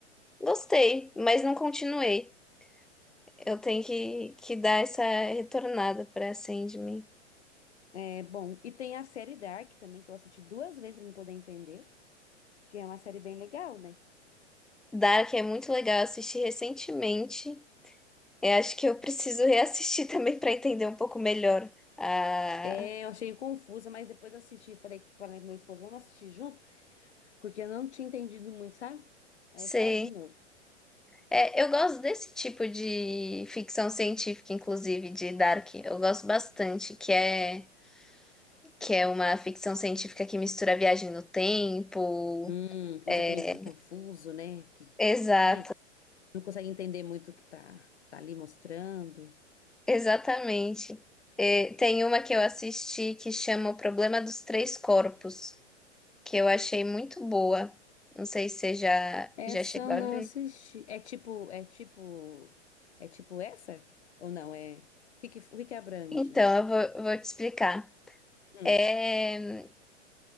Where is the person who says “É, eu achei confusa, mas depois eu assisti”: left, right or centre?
Left